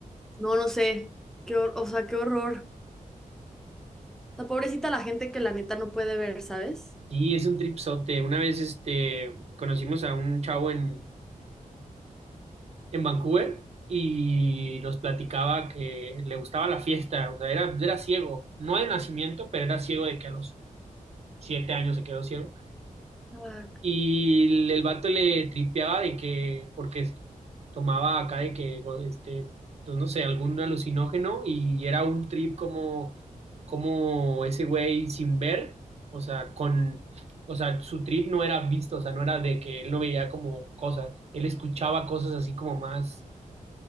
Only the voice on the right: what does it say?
Sí, es un tripsote. Una vez este, conocimos a un chavo en, en Vancouver y nos platicaba que le gustaba la fiesta, o sea, era, era ciego, no de nacimiento, pero era ciego de que a los siete años se quedó ciego.
Y el, el vato le tripeaba de que, porque es- tomaba acá de que, go- este, pues no sé, algún alucinógeno y era un trip como, como ese güey sin ver, o sea, con, o sea, su trip no era visto, o sea, no era de que él no veía como cosas, él escuchaba cosas así como más,